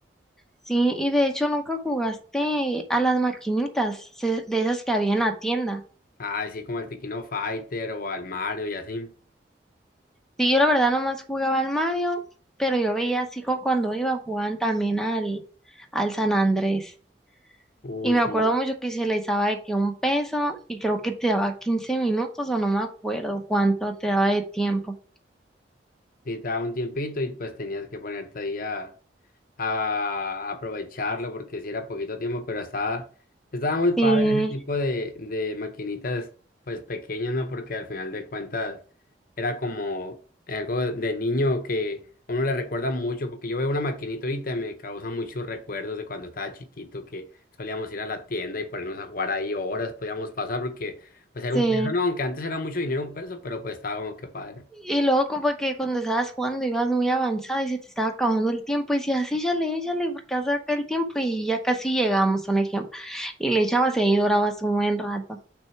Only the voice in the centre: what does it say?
Sí, y de hecho nunca jugaste a las maquinitas se- de esas que había en la tienda.
Sí, yo la verdad nomás jugaba al Mario, pero yo veía así como cuando iba jugaban también al, al San Andrés.
Y me acuerdo
mucho que se les daba de que un peso y creo que te daba 15 minutos o no me acuerdo cuánto te daba de tiempo.
Sí,
sí.
Y luego como que cuando estabas jugando ibas muy avanzada y se te estaba acabando el tiempo y decías, "Ah, sí échale, échale, porque hace acá el tiempo y ya casi llegamos, un ejemplo. Y le echabas y ahí durabas un buen rato.